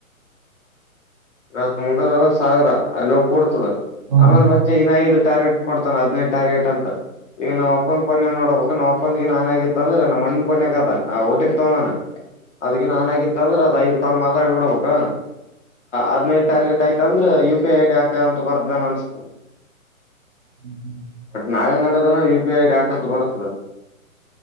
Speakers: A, on the left; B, on the right.
A: ಇತ್ ಮುಗ ಒ್ ಸಾವಿರ ಅಲ್ಲಿ ಹೋಗ ಕೂಡ್ತದ
B: ಹ್ಮ್
A: ಆಮೇಲೆ ಮತ್ತೆ ನ ಆಗಿದ್ದ ಟಾರ್ಗೆಟ್ ಕೊಡ್ತಾನ ಹದಿನೈದು ಟಾರ್ಗೆಟ್ ಅಂತ ಈಗ ನಮ್ಮ ಅಪ್ಪನ ಪೊಯಾಗ ನೋಡಬೇಕ ನಮ್ಮ ಅಪ್ಪಂದಿಗೆ ನಾನನ್ ಆಗಿತ್ತ ಅಂದ್ರೆ ನಮ್ಮಣ್ಣ ಪೊನ್ೆಕ್ ಅದ ಆ ಟಿ ತಣ ಅದಕ್ಕೆ ನಾನನ್ಗ ಅಂದ್ರೆ ಅದ ಐದ್ ಕಾಲ್ ಮಾತಾಡ್ಬಡ್ಬೇಕ ಹದ್ನೈದು ಟಾರ್ಗೆಟ್ ಆಯ್ತ ಅಂದ್ರೆ ಯು ಪಿ ಐ ಐಡಿ ಹಾಕ ಅಂತ ಬರ್ದನ್ ಅನ್ಸ್ತು
B: ಹ್ಮ ಹ್ಮ <inaudible>
A: ನಾವೆ ಯಐ ಡಿ ಹಾಕ ಬರ್ತದೆ